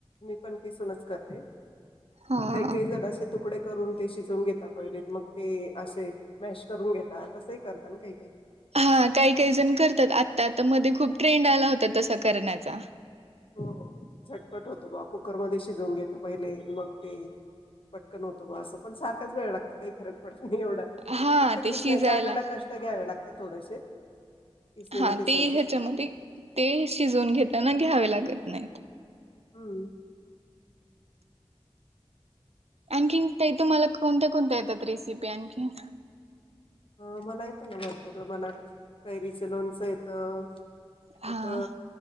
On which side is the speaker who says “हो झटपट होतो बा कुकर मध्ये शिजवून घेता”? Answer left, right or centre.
Left